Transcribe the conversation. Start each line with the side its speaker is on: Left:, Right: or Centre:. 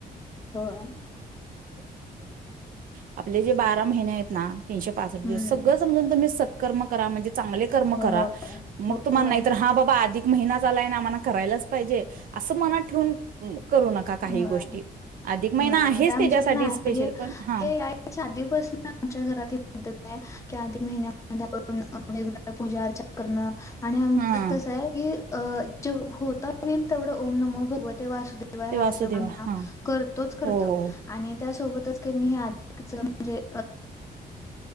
Left: होय.
Right: <unintelligible> <unintelligible> <unintelligible> आपले जे बारा महिने आहेत ना. <unintelligible>
Left: हम्म
Right: कर्म करा, म्हणजे? चांगले कर्म
Left: होय.
Right: करा. मग तुम्हाला
Left: होय.
Right: नाही तर हा बाबा आधिक महिना झालाय ना, आम्हाला करायलाच पाहिजे असं मनात ठेवून, ऊ करू नका काही
Left: होय.
Right: गोष्टी. अधिक महिना
Left: हम्म
Right: आहेच
Left: आता आमच्यात
Right: त्याच्यासाठी
Left: ना
Right: स्पेशल.
Left: हे
Right: पण हा
Left: <unintelligible> <unintelligible>
Right: हा
Left: <unintelligible>
Right: तेव्हा असू
Left: <unintelligible>
Right: देवा हा हो हो
Left: <unintelligible> <unintelligible> ते